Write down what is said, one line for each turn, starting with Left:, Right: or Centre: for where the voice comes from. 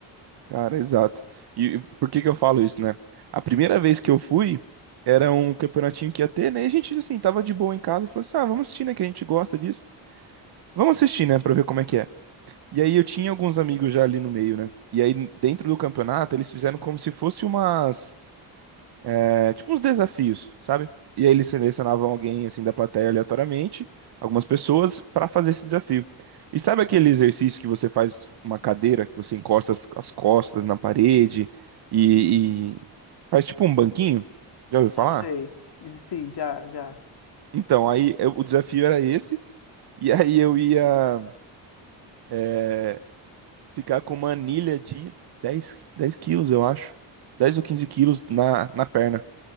Right: Cara, exato. E e por que que eu falo isso, né? A primeira vez que eu fui, era um campeonatinho que ia ter, né? E a gente, assim, tava de boa em casa, falou assim, ah, vamos assistir, né? Que a gente gosta disso. Vamos assistir, né? Pra ver como é que é. E aí eu tinha alguns amigos já ali no meio, né? E aí dentro do campeonato eles fizeram como se fosse umas, é, tipo uns desafios, sabe? E aí eles selecionavam alguém assim da plateia aleatoriamente, algumas pessoas pra fazer esse desafio. E sabe aquele exercício que você faz uma cadeira, que você encosta as, as costas na parede e, e faz tipo um banquinho? Já ouviu falar?
Left: Ah, sei. Sim, já, já.
Right: Então, aí eu- o desafio era esse. E aí eu ia eh, ficar com uma anilha de dez dez quilos, eu acho. dez ou 15 quilos na, na perna.